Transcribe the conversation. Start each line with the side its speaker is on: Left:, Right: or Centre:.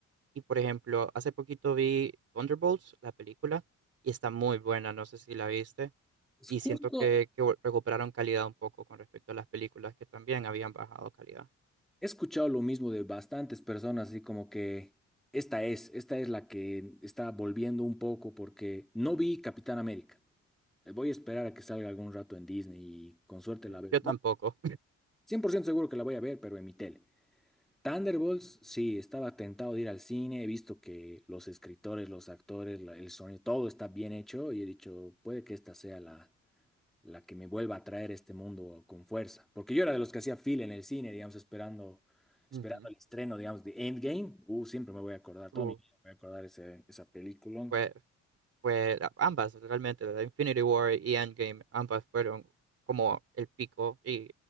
Right: y por ejemplo, hace poquito vi Thunderbolts, la película, y está muy buena, no sé si la viste.
Centre: Es
Right: Y
Centre: justo,
Right: siento que, que vol- recuperaron calidad un poco con respecto a las películas que también habían bajado calidad.
Centre: he escuchado lo mismo de bastantes personas, así como que esta es, esta es la que está volviendo un poco porque no vi Capitán América. Eh, Voy a esperar a que salga algún rato en Disney y con suerte
Right: Sí.
Centre: la veo.
Right: Yo tampoco.
Centre: Bueno, 100% seguro que la voy a ver, pero en mi tele. Thunderbolts, sí, estaba tentado de ir al cine, he visto que los escritores, los actores, la- el sonido, todo está bien hecho y he dicho, puede que esta sea la, la que me vuelva a traer este mundo con fuerza. Porque yo era de los que hacía fila en el cine, digamos, esperando, esperando
Right: <laughs>
Centre: el estreno, digamos, de Endgame. Uh, siempre me voy a acordar, toda
Right: Ujú.
Centre: mi vida me voy a acordar ese, esa película.
Right: Fue, fue la- ambas realmente, la Infinity War y Endgame, ambas fueron como el pico y